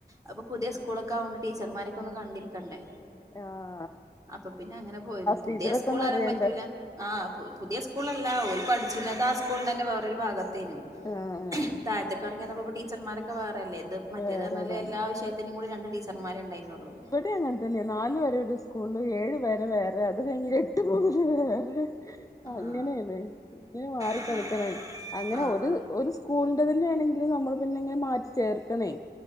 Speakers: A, on the right (about 20°); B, on the left (about 20°).
A: അപ്പൊ പുതിയ സ്കൂളൊക്കെ
B: ആഹ്
A: ആവോണ്ട് ടീച്ചർമാരൊക്കെ ഒന്ന് കണ്ടിരിക്കണ്ടേ
B: ആഹ
A: അപ്പൊ പിന്നെ അങ്ങനെ പോയിരുന്നു പുതിയ
B: ടീച്ചറൊക്കെ
A: സ്കൂൾ
B: നെറയണ്ടേ
A: വരാൻ പറ്റൂല ആഹ് പുതിയ സ്കൂളല്ല ചിതാ സ്കൂളി തന്നെ വേറൊരു ഭാഗത്തേും
B: ആഹ്
A: താഴത്തൊക്കെ ഇറങ്ങിയന്നപ്പോൊ ടീച്ചർമാരൊക്കെ വേറെല്ലേ അത് മറ്റേത
B: വേറെ
A: പറഞ്ഞാല്
B: തന്നെ
A: എല്ലാ വിഷയത്തിനും കൂടി രണ്ട് ടീച്ചർമാരെ ഉണ്ടായിനുള്ളു
B: ഇവിടെ അങ്ങനെത്തന്നെ നാലു വരെ ഒരു സ്കൂള ഏഴു വരെ വേറെ അത് കഴി വേറെ
A: ആഹ്
B: അങ്ങനെയാണ് ഇങ്ങനെ മാറ
A: ആഹ്
B: കളിക്കണ അങ്ങനെ
A: ആഹ്
B: ഒരു ഒരു സ്കൂളിന്റെ തന്നെ ആണെങ്കിലും നമ്മൾ പിന്നെങ്ങനെ മാറ്റി ചേർക്കണേ